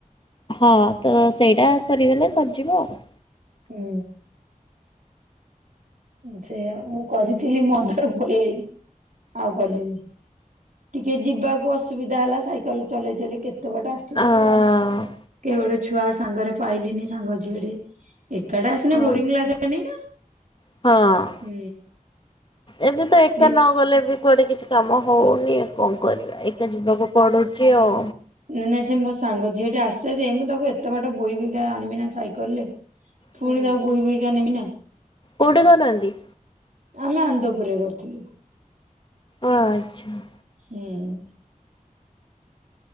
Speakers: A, on the left (about 35°); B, on the right (about 65°).
A: ହଁ ତ ସେଇଟା ସରିଗଲେ ସରିଯିବ ଆଉ।
B: ହୁଁ। ସେୟା ମୁଁ କରିଥିଲି ମନ୍ଦର ପଳଆଇନି ଆଉ କଲିନି। ଟିକେ ଯିବାକୁ ଅସୁବିଧା ହେଲା ସାଇକେଲ ଚଲେଇ ଚଲେଇ କେତେ ଏତେ ପଟେ ଆସିବ
A: ଅ
B: କେ ଗୋଟେ ଛୁଆ ସାଙ୍ଗରେ ପାଇଲିନି ସାଙ୍ଗ ଝିଅଟିଏ। ଏକାଡେ ଆସିଲେ ବୋରିଂ
A: ଆଚ୍ଛା
B: ଲାଗାନି ନା?
A: ହଁ।
B: ହୁଁ।
A: ଏବେ ତ ଏକା
B: ଏଇ
A: ନ ଗଲେ ବି କୁଆଡେ କିଛି କାମ ହଉନି। କଣ କରିବା ଏକା ଯିବାକୁ ପଡୁଛି ଆଉ।
B: ନାଇଁ ନାଇଁ ସେ ମୋ ସାଙ୍ଗ ଝିଅଟି ଆସେ ଯେ ମୁଁ ତାକୁ ଏତେ ବାଟ ବୋହି ବୋଇ ଆଣିବି ନା ସାଇକେଲ ରେ? ପୁଣି
A: ହୁଁ
B: ତାକୁ ବହି ବହିକା ନେମି ନା।
A: କୋଉଠି କରନାହାନ୍ତି।
B: ଆମେ ଆନ୍ଦପୁରରେ କରିଥିଲୁ।
A: ଆଚ୍ଛା।
B: ହୁଁ।